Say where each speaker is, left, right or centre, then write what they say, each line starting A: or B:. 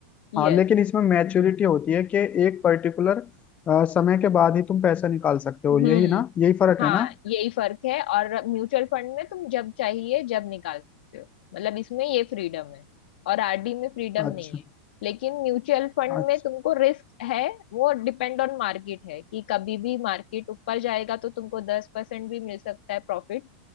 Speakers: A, on the left; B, on the left.
A: यस
B: हाँ लेकिन इसमें मैच्योरिटी होती है कि एक पर्टिकुलर समय के बाद ही तुम पैसा निकाल सकते हो
A: हम्म
B: यही ना यही फर्क
A: हाँ
B: है ना
A: यही फर्क है और म्यूचुअल फंड में तुम जब चाहिए जब निकाल सकते हो मतलब इसमें ये फ्रीडम है और आरडी में फ्रीडम
B: अच्छा
A: नहीं है लेकिन म्यूचुअल फंड
B: अच्छा
A: में तुमको रिस्क है वो डिपेंड ऑन मार्केट है कि कभी भी मार्केट ऊपर जाएगा तो तुमको दस परसेंट भी मिल सकता है प्रॉफिट